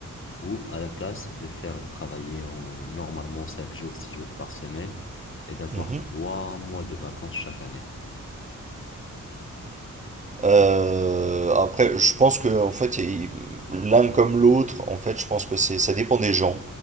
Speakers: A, on the left; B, on the right.
A: ou à la place de faire de travailler en, normalement cinq jours, six jours par semaine et d'avoir
B: mhm.
A: trois mois de vacances chaque année?
B: Euh, après, je pense que en fait, il- l'un comme l'autre, en fait, je pense que c'est, ça dépend des gens,